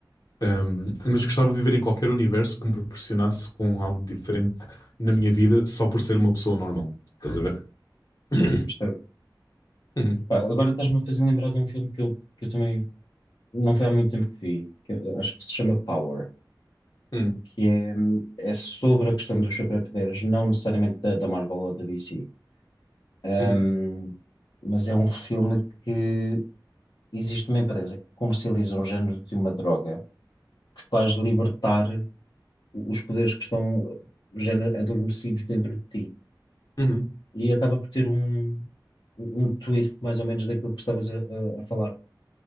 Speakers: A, on the left; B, on the left.
A: Um, mas gostava de viver em qualquer universo que me proporcionasse com algo diferente na minha vida só por ser uma pessoa normal. Estás a ver? <clears throat>
B: percebo.
A: Uhum,
B: Pá, agora estás-me a fazer lembrar de um filme que eu, que eu também não foi há muito tempo que vi, que eu acho que se chama Power,
A: uhum,
B: que é, é sobre a questão dos superpoderes, não necessariamente da, da Marvel ou da DC. Ahm,
A: uhum,
B: mas é um filme que existe uma empresa que comercializa um género de uma droga faz libertar os poderes que estão já na- adormecidos dentro de ti.
A: uhum,
B: E acaba por ter um, um twist mais ou menos daquilo que estavas a, a- a falar.